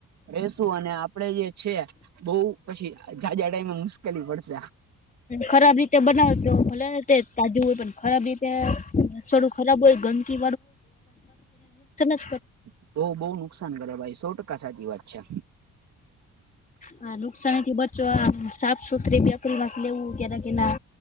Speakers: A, on the right (about 65°); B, on the left (about 25°).
A: રેસુ અને આપડે છે બઉ પછી જાજા ટાઈમ મુશ્કેલી પડશે.
B: ખરાબ રીતે બનાવે તો ભલે તે તાજું હોય પણ ખરાબ રીતે <inaudible>
A: <inaudible>
B: હ નુકસાનથી બચવા સાફ સુથરી અપ્ર માંથી લેવું ક્યારે કે ના.